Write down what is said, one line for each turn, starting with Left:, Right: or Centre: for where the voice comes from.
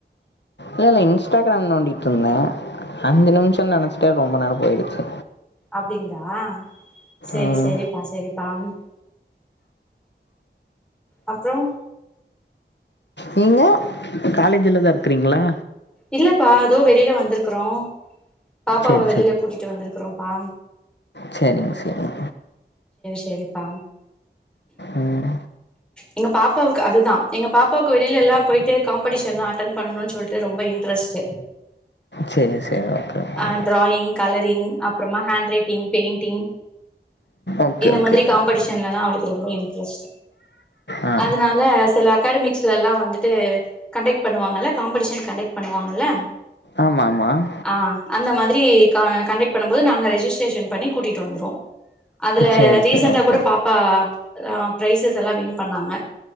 Left: இல்ல இல்ல இன்ஸ்டாகிராம் நோண்டிகிட்டு இருந்தே அஞ்சு நிமிஷம்னு நெனச்சிட்டே ரொம்ப நேரம் போயிடுச்சு
Centre: அப்டிங்ளா சேரி
Left: ம்
Centre: சேரிப்பா சேரி தாம் அப்றோ
Left: நீங்க காலேஜீலதா இருக்றீங்களா
Centre: இல்லப்பா அதோ வெளில வந்துருக்குறோ பாப்பாவ
Left: சரி
Centre: வெளியில கூட்டிட்டு வந்திருக்குறோம் பா
Left: சேரிங்க சேரிங்க
Centre: சரிப்பா
Left: ம்
Centre: எங்க பாப்பாவுக்கு அதுதான் எங்க பாப்பாவுக்கு வெளில எல்லாம் போயிட்டு காம்படிஷனல்லாம் அட்டென் பண்ணனும்னு சொல்லிட்டு ரொம்ப ட்ரஸ்ட்
Left: சரி சரி ஓகே ஓகே
Centre: ஆ டிராயிங் கலரிங் அப்பறமா ஹேண்ட் ரைட்டிங் பெயிண்டிங்
Left: ஓகே
Centre: இந்த
Left: ஓகே
Centre: மாதிரி காம்படிஷன்லல்லாம் அவுளுக்கு ரொம்ப இன்ட்ரெஸ்ட்
Left: ஆ
Centre: அதனால சில அகாடமிக்ஸ்ல எல்லாம் வந்துட்டு கண்டக்ட் பண்ணுவாங்கல்ல காம்படிஷன் கண்டக்ட் பண்ணுவாங்கல்ல
Left: ஆமாம் ஆமாம்
Centre: அஹ் அந்த மாதிரி தி காண் கண்டக்ட் பண்ணும் போது நாங்க ரெஜிஸ்டரேஷன் பண்ணி கூட்டிட்டு வந்துருவோம் அதுல
Left: சரி
Centre: ரீசண்ட்டா
Left: சரி ஓகே
Centre: கூட பாப்பா அஹ் ப்ரைசஸ் எல்லா வின் பண்ணாங்க